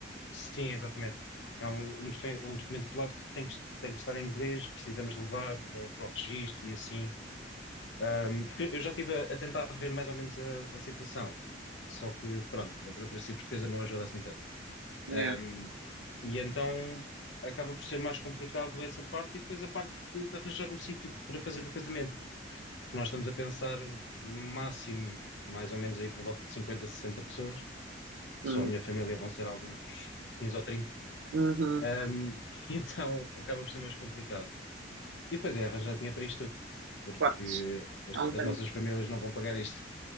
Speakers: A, on the left; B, on the right.
A: sim, exatamente. É um, um, docu- um documento polaco que tem que, tem que estar em inglês, precisamos levar para, o- para o registro e assim. Ahm, porque eu já estive a, a tentar ver mais ou menos a, a situação, só que, pronto, a burocracia portuguesa não ajuda assim tanto.
B: É.
A: Ahm,
B: É.
A: e então acaba por ser mais complicado essa parte e depois a parte de, de arranjar um sítio para fazer o casamento. Nós estamos a pensar máximo, mais ou menos aí por volta de 50, 60 pessoas.
B: Hum,
A: Só a minha família vão ser alguns 15 ou 30.
B: uhum,
A: Ahm, <laughs> então acaba por ser mais complicado. E depois é arranjar dinheiro para isto tudo, porque
B: pois,
A: as,
B: há um
A: as
B: tempo.
A: nossas famílias não vão pagar isto.